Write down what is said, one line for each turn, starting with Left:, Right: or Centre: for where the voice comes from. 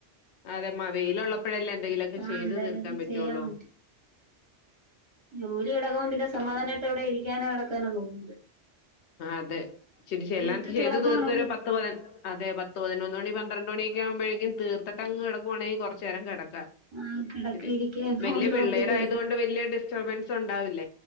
Left: അതെ മ വെയിലോള്ളപ്പോഴല്ലേ എന്തെങ്കിലുവൊക്കെ
Right: ആഹ്
Left: ചെയ്ത്
Right: എന്തായാലൊക്കെ
Left: തീർക്കാൻ പറ്റുവൊള്ളു
Right: ചെയ്യാൻ പറ്റും ജോലി കിടക്കുമ്പോ പിന്നെ സമാധാനവായിട്ട് അവിടെ ഇരിക്കാനോ കിടക്കാനോ തോന്നൂല്ല
Left: ആ അതെ ചിരിച്ച്
Right: തീർത്തിട്ട്
Left: എല്ലാം ചെയ്ത്
Right: കിടക്കുവാണെങ്കി
Left: തീർത്തോരോ പത്ത് പതിന് അതെ പത്തു പതിനൊന്ന് മണി പന്ത്രണ്ട് മണി ആകുമ്പോഴേക്കും തീത്തിട്ടങ് കിടക്കവാണെ കുറച്ച് നേരം കിട ക്കാം
Right: ആഹ് കിടക്കെ
Left: ഇച്ചിരി
Right: ഇരിക്കെ ഫോണില്
Left: വല്യ പിള്ളേരായത്
Right: നോക്കിയൊക്കെ
Left: കൊണ്ട് വലിയ ഡിസ്റ്റർബൻസ് ഉണ്ടാവില്ല